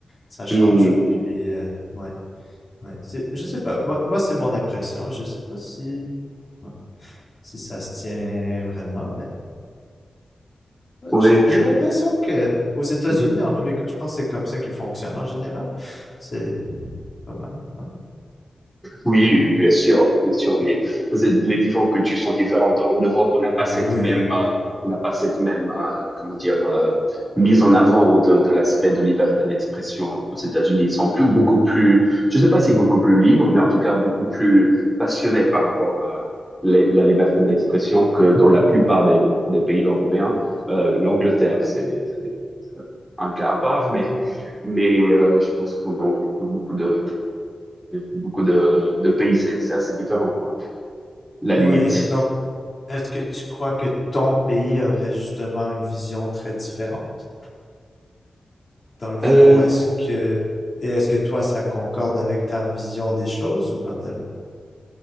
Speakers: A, on the left; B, in the centre.
A: ça change.
B: Mmh.
A: Puis, euh, ouais, ouais, c'est, je sais pas, moi, moi c'est mon impression, je sais pas si, ouais, si ça se tient vraiment, mais
B: Oui,
A: j'ai l'impression que aux États-Unis,
B: oui.
A: en tous les cas, je pense que c'est comme ça qu'ils fonctionnent en général. C'est pas mal, ouais.
B: Oui, bien sûr, bien sûr, mais c'est- les différentes cultures sont différentes. En Europe, on n'a pas
A: Oui.
B: cette même, euh, on n'a pas cette même, euh, comment dire, euh, mise en avant de, de l'aspect de liberté d'expression. Aux États-Unis, ils sont plus, beaucoup plus, je ne sais pas si beaucoup plus libres, mais en tout cas beaucoup plus passionnés par rapport à la la liberté d'expression que dans la plupart des, des pays européens. Euh, l'Angleterre, c'est, c'est un cas à part, mais, mais euh, je pense que dans dans beaucoup de beaucoup de, de pays, c'est c'est assez différent, quoi. La
A: Oui.
B: limite.
A: Donc, est-ce que tu crois que ton pays aurait justement une vision très différente? Dans le fond,
B: Euh,
A: est-ce que et est-ce que toi, ça concorde avec ta vision des choses ou pas tellement?